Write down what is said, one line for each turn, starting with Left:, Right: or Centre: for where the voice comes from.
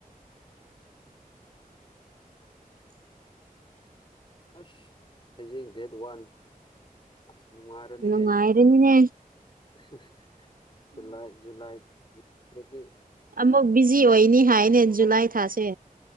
Left: ꯑꯁ ꯍꯌꯦꯡ ꯗꯦꯠ ꯋꯥꯟ ꯑꯁ ꯅꯨꯡꯉꯥꯏꯔꯅꯤꯍꯦ
Right: ꯅꯨꯡꯉꯥꯏꯔꯅꯤꯅꯦ
Left: <unintelligible> ꯖꯨꯂꯥꯏ ꯖꯨꯂꯥꯏꯗꯗꯤ
Right: ꯑꯃꯨꯛ ꯕꯤꯖꯤ ꯑꯣꯏꯅꯤ ꯍꯥꯏꯅꯦ
Left: ꯊꯕꯛ
Right: ꯖꯨꯂꯥꯏ ꯊꯥꯁꯦ